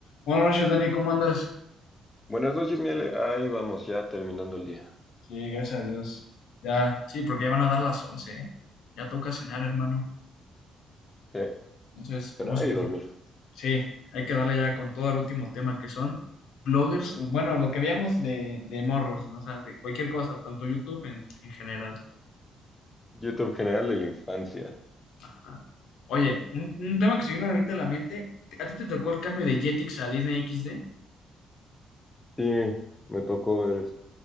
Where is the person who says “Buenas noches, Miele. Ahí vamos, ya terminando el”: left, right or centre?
Left